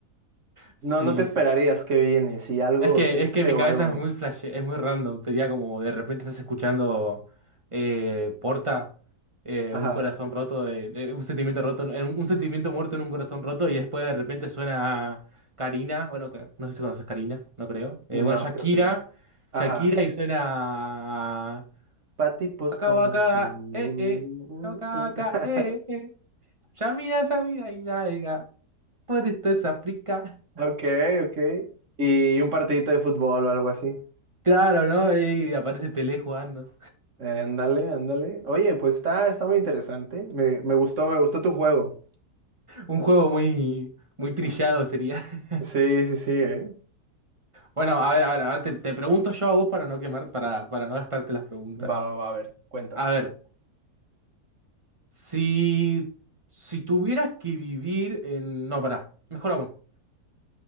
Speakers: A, on the right; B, on the right.
A: Sí,
B: No, no te esperarías
A: sí.
B: que viene, si algo
A: Es que,
B: triste
A: es que mi
B: o
A: cabeza
B: algo.
A: es muy flash, es muy random. Sería como de repente estás escuchando eh, Porta, eh,
B: Ajá.
A: un corazón roto, de, de- un sentimiento roto, en- un, un sentimiento muerto en un corazón roto, y después de repente suena Karina, bueno, que- no sé si conoces Karina, no creo. Eh,
B: No,
A: bueno, Shakira,
B: creo que no. Ajá.
A: Shakira y suena
B: Pa' tipos
A: Waka
B: como
A: Waka,
B: tú.
A: eh, eh, Waka
B: <laughs>
A: Waka, eh, eh, eh. Yamina, Samira, Ida, Ida, por esto es África.
B: Ok, ok. Y un partidito de fútbol o algo así.
A: Claro, ¿no? Y aparece Pelé jugando.
B: Eh, ándale, ándale. Oye, pues está, está muy interesante. Me, me gustó, me gustó tu juego.
A: Un juego muy, muy trillado sería. <laughs>
B: Sí, sí, sí, eh.
A: Bueno, a ver, a ver, a ver, te, te pregunto yo a vos para no quemar, para, para no gastarte las preguntas.
B: Va, va, va, a ver, cuéntame.
A: A ver, si, si tuvieras que vivir en... No, pará, mejor aún.